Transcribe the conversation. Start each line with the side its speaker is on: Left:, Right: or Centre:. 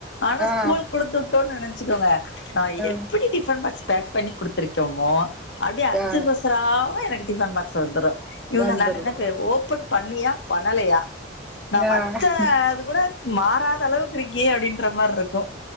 Left: ஆனா
Centre: ஆ
Left: ஸ்கூல் குடுத்வுட்டோன் நெனச்சுகோங்க நா
Centre: அ
Left: எப்டி டிபன் பாக்ஸ் பேக் பண்ணி குடுத்திருக்கேமோ அப்டியே அச்சுபெசராம
Centre: ஆ
Left: எனக்கு டிபன் பாக்ஸ் சாயந்ரோ இவுங்க
Centre: வந்துரு
Left: நா நெனப்பே ஓபன் பண்ணியா பண்ணலயா நா வச்ச
Centre: ஆ
Left: அது கூட மாறாத அளவுக்கு இருக்கே அப்டின்ற மாரிருக்கு